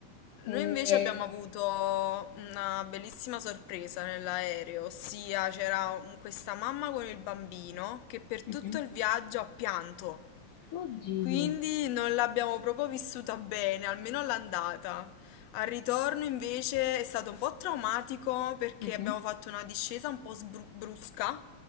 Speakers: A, on the left; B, on the left.
A: Noi
B: Eh,
A: invece abbiamo avuto una bellissima sorpresa nell'aereo, ossia c'era un- questa mamma con il bambino che per tutto
B: mhm.
A: il viaggio ha pianto.
B: Oddio.
A: Quindi non l'abbiamo proprio vissuta bene, almeno all'andata. Al ritorno invece è stato un po' traumatico perché
B: Mhm,
A: abbiamo fatto una discesa un po' sbru- brusca